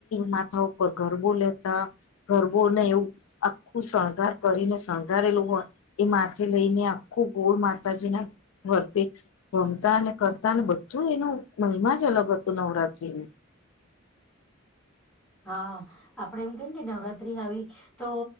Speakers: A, on the left; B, in the centre.
A: માથા ઉપર ગરબો લેતા ગરબોને એવું આખું શણગાર કરીને શણંગારેલું હોય એ માથે લઈને આખું ગોળ માતાજીના વર્તી રમતા અને કરતા અને બધું એનો મહિમા જ અલગ હત તો નવરાત્રી
B: હા આપડે એમ કે નવરાત્રી આવી તો